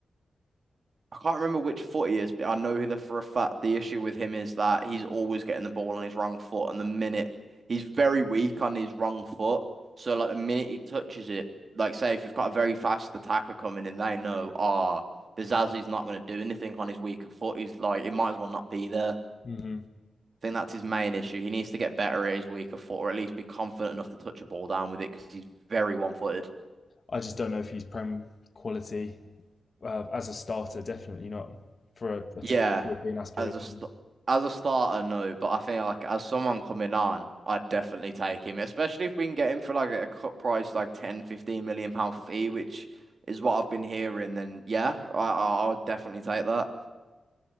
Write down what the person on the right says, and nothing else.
I can't remember which foot he is, but I know that for a fact the issue with him is that he's always getting the ball on his wrong foot, and the minute he's very weak on his wrong foot, so like the minute he touches it, like say if you've got a very fast attacker coming in, they know ah oh, the Zazi's not going to do anything on his weaker foot. He's like it might as well not be there.
I think that's his main issue. He needs to get better at his weaker foot, or at least be confident enough to touch a ball down with it because he's very one-footed.
Yeah,
as a st as a starter, no, but I think like as someone coming on, I'd definitely take him, especially if we can get him for like a cut price, like 10, 15 million pound fee, which is what I've been hearing. Then yeah, I I- I'll definitely take that.